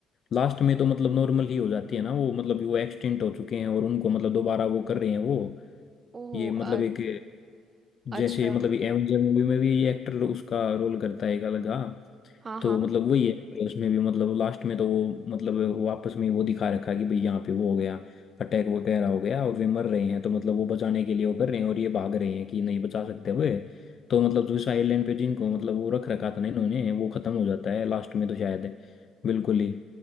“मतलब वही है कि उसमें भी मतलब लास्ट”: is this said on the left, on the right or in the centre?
Left